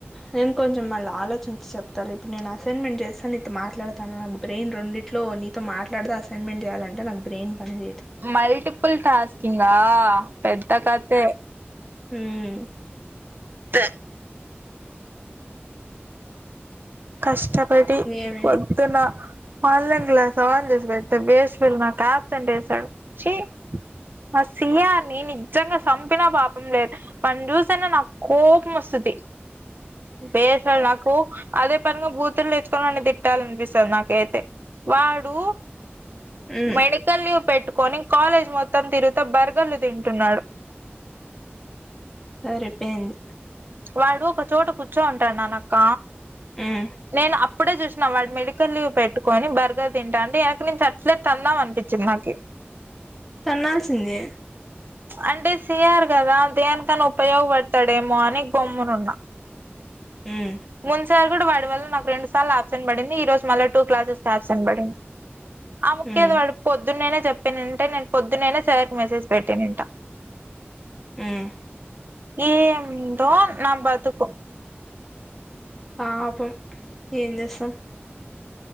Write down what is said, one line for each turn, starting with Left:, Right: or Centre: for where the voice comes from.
Centre: నేను కొంచం మళ్ళ ఆలోచించి చెప్తాలె. ఇప్పుడు నేను అసైన్మెంట్ చేస్తాను నీతో మాట్లాడతాను నాకు బ్రెయిన్ రొండిట్లో నీతో మాట్లాడ్త అసైన్మెంట్ చేయాలంటే నాక్ బ్రెయిన్ పని చేయదు
Right: మల్టిపుల్ టాస్క్ ఇంగా పెద్ద కథే
Centre: ఉమ్
Right: ప్ర కష్టం. పటి
Centre: ఏమి
Right: పొద్దున ఆన్లైన్ క్లాస్ ఆన్ చేసి పెడ్తే బేస్ ఫిల్ నాకు అప్సాంట్ ఏసాడు. చీ ఆ సియాన్నీ ని నిజంగా సంపినా పాపం లేదు వాన్ని చూస్తేనే నాక్ కోపం వస్తది బేసల్ నాకు అదే పనిగా బూతులు నేర్చుకొని వాణ్ణి తిట్టాలనిపిస్తద నాకైతే వాడు
Centre: మ్మ్
Right: మెడికల్యూ పెట్టుకొని కాలేజ్ మొత్తం తిరుగుతే బర్గర్లు తింటున్నాడు.
Centre: సరిపేయింది.
Right: వాడు ఒక చోట కూర్చో ఉంటాడు నాన అక్క.
Centre: మ్మ్
Right: నేను అ ఇప్పుడే చూసిన వాడు మెడికల్ లీవ్ పెట్టుకొని బర్గర్ తింటా అంటే వెనకు నుంచి అట్లే తందాం అనిపించింది. నాకి
Centre: తన్నాల్సింది.
Right: అంటే సియారు కదా దేనికన్నా ఉపయోగపడతాడేమో అని గొమ్మును ఉన్నా
Centre: మ్మ్
Right: మున్సార్ వాడి వల్ల నాకు రెండు సార్లు అప్సెంట్ పడింది. ఈ రోజు మళ్ళీ టూ క్లాసెస్ కి అప్సెంట్ పడింది. ఆ ముక్కేదో
Centre: మ్మ్
Right: వాడు పొద్దున్నేనే, చెప్పి నింటే నేను పొద్న్ననై సార్కి మెసేజ్ పెట్ తినింట
Centre: మ్మ్
Right: ఏందో నా బతుకు
Centre: పాపం ఏం చేస్తాం.